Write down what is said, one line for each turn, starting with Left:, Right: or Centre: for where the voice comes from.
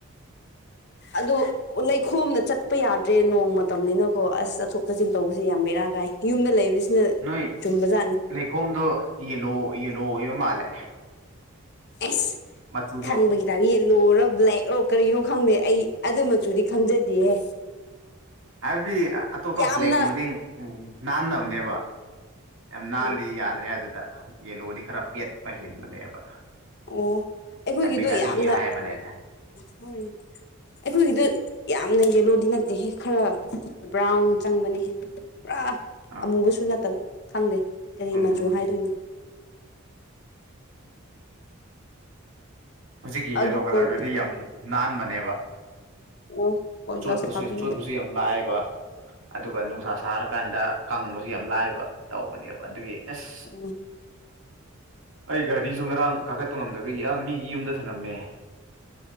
Left: ꯑꯗꯨ ꯑꯣ ꯂꯩꯈꯣꯝꯅ ꯆꯠꯄ ꯌꯥꯗ꯭ꯔꯦ ꯅꯣꯡ ꯃꯇꯝꯅꯤꯅꯀꯣ ꯑꯁ ꯆꯠꯊꯣꯛ ꯆꯠꯁꯤꯟ ꯇꯧꯕꯁꯦ ꯌꯥꯝ ꯕꯦꯔꯥ ꯀꯥꯢ ꯌꯨꯝꯗ ꯂꯩꯕꯁꯤ ꯁꯤꯅ
Right: ꯅꯣꯏ
Left: ꯆꯨꯝꯕꯖꯥꯠꯅꯤ
Right: ꯂꯩꯈꯣꯝꯗꯣ ꯌꯦꯂꯣ ꯌꯦꯂꯣ ꯑꯣꯢꯕ ꯃꯥꯜꯂꯦ
Left: ꯑꯦꯁ
Right: ꯃꯆꯨꯗꯣ
Left: ꯈꯪꯕꯒꯤ <unintelligible> ꯂꯣꯔ ꯕ꯭ꯂꯦꯛ ꯔꯣ ꯀꯔꯤꯅꯣ ꯈꯪꯗꯦ ꯑꯩ ꯑꯗꯨꯃꯆꯨꯗꯤ ꯈꯪꯖꯗꯦꯍꯦ
Right: ꯍꯥꯢꯕꯗꯤ ꯑꯇꯣꯞꯄ
Left: ꯌꯥꯝꯅ
Right: ꯕ꯭ꯂꯦꯛꯀꯨꯝꯕꯗꯤ ꯅꯥꯟꯗꯕꯅꯦꯕ ꯌꯥꯝ ꯅꯥꯜꯂꯤ
Left: ꯎꯝ
Right: ꯌꯥꯗ꯭ꯔꯦ ꯑꯗꯨꯗ ꯌꯦꯜꯂꯣꯗꯤ ꯈꯔ ꯄꯦꯠꯄ ꯍꯦꯟꯕꯅꯦꯕ
Left: ꯑꯣ ꯑꯩꯈꯣꯢꯒꯤꯗꯣ
Right: ꯑꯗꯨꯒꯤ ꯑꯗꯨꯒꯤ
Left: ꯌꯥꯝꯅ
Right: ꯍꯥꯏꯕꯅꯦꯗ
Left: ꯍꯣꯢꯅꯦ ꯑꯩꯈꯣꯢꯒꯤꯗꯣ ꯌꯥꯝꯅ ꯌꯦꯂꯣꯗꯤ ꯅꯠꯇꯦꯍꯦ ꯈꯔ ꯕ꯭ꯔꯥꯎꯟ ꯆꯪꯕꯅꯤꯍꯦ ꯄꯨꯔꯥ
Right: ꯑꯥꯎ
Left: ꯕꯨꯁꯨ ꯅꯠꯇꯕ ꯈꯪꯗꯦ ꯀꯔꯤ
Right: ꯎꯝ
Left: ꯃꯆꯨ ꯍꯥꯏꯗꯣꯏꯅꯣ
Right: ꯍꯧꯖꯤꯛꯀꯤ ꯌꯦꯂꯣ
Left: ꯑꯗꯨ
Right: ꯀꯂ꯭ꯔꯗꯨꯗꯤ
Left: ꯀꯣꯏ
Right: ꯌꯥꯝ ꯅꯥꯟꯕꯅꯦꯕ
Left: ꯑꯣ ꯀꯣꯏꯂꯥꯁ
Right: ꯆꯣꯠꯄꯁꯦ
Left: ꯊꯥꯕꯤꯔꯗꯤ
Right: ꯆꯣꯠꯄꯁꯨ ꯌꯥꯝ ꯂꯥꯏꯌꯦꯕ ꯑꯗꯨꯒ ꯅꯨꯡꯁꯥ ꯁꯥꯔꯀꯥꯟꯗ ꯀꯪꯕꯁꯨ ꯌꯥꯝ ꯂꯥꯏꯕ ꯇꯧꯕꯅꯦꯕ ꯑꯗꯨꯒꯤ ꯑꯁ
Left: ꯑꯣ
Right: ꯑꯩ ꯒꯥꯔꯤꯁꯨ ꯉꯔꯥꯡ ꯀꯥꯈꯠꯄ ꯉꯝꯗꯕꯒꯤ ꯑꯥ ꯃꯤꯒꯤ ꯌꯨꯝꯗ ꯊꯅꯝꯃꯦ